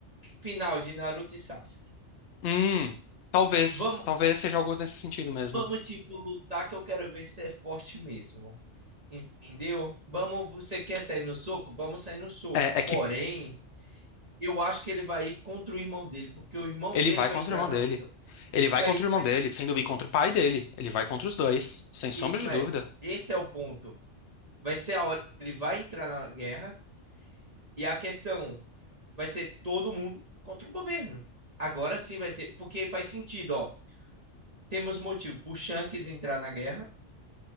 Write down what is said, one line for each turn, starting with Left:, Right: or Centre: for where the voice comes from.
Right: final de Naruto e Sasuke.
Left: Hum, talvez.
Right: Vamos,
Left: Talvez seja algo nesse sentido mesmo.
Right: vamos tipo, lutar que eu quero ver se é forte mesmo. Entendeu? Vamos, você quer sair no soco? Vamos sair no soco.
Left: É, é que
Right: Porém, Eu acho que ele vai ir contra o irmão dele, porque o irmão
Left: ele
Right: dele
Left: vai
Right: vai
Left: contra
Right: entrar
Left: o irmão
Right: na
Left: dele.
Right: luta.
Left: Ele vai
Right: E aí,
Left: contra o irmão
Right: vai
Left: dele,
Right: ser-
Left: sem dúvida, e contra o pai dele. Ele vai contra os dois, sem
Right: e-
Left: sombra
Right: mas
Left: de dúvida.
Right: esse é o ponto. Vai ser a hora que ele vai entrar na guerra, e a questão vai ser todo mundo contra o governo. Agora sim vai ser, porque faz sentido, ó. Temos motivo pro Shanks entrar na guerra?